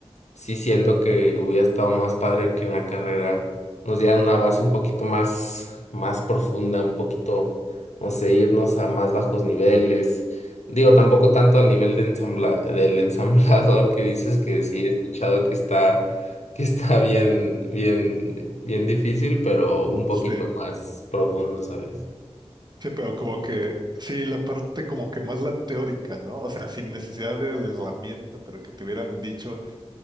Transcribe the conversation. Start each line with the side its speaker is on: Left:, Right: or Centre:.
Left: sí siento que hubiera estado más padre que en la carrera nos dieran una base un poquito más, más profunda, un poquito, no sé, irnos a más bajos niveles. Digo, tampoco tanto al nivel de ensambla, del <laughs> ensamblador que dices que sí he escuchado que está, que está bien, bien, bien difícil, pero un poquito
Right: Sí.
Left: más profundo, ¿sabes?
Right: Sí, pero como que, sí, la parte como que más la teórica, ¿no? O sea, sin necesidad de la herramienta, pero que te hubieran dicho,